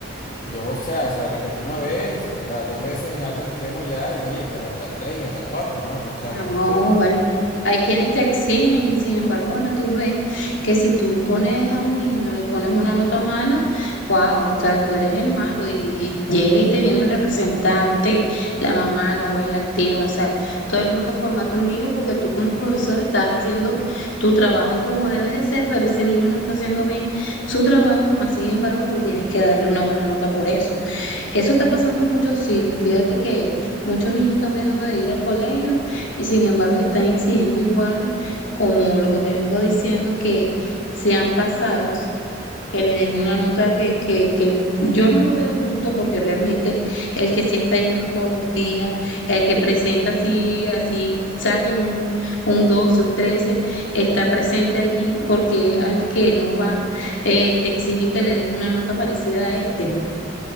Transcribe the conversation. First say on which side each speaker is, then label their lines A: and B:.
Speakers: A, on the left; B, on the left.
A: yo, o sea, se la repetí una vez, o sea, dos veces es algo extremo ya, y oye, pero hasta tres y hasta cuatro, no, no, o sea,
B: No,
A: no, no estoy de acuerdo
B: bueno,
A: con eso.
B: hay quienes te exigen y sin embargo, bueno, tú ves que si tú pones a un niño, le pones una nota mala, wow, o sea, tú eres el malo y, y llega y te viene el representante, la mamá, la abuela, el tío, o sea, todo el mundo formate un lío porque tú como profesor estás haciendo tu trabajo como debe de ser, pero ese niño no está haciendo bien su trabajo, más sin embargo, tú tienes que darle una buena nota por eso. Eso está pasando en muchos sitios, fíjate que muchos niños están dejando de ir al colegio y sin embargo, están exigiendo igual, como lo que te vengo diciendo, que sean pasados, que le den una nota que, que, que yo no lo veo justo porque realmente el que sí está yendo todos los días, el que presenta así, así, saquen un, un 12 un 13 está presente allí porque al que no va, eh, te exigen que le des una nota parecida a este.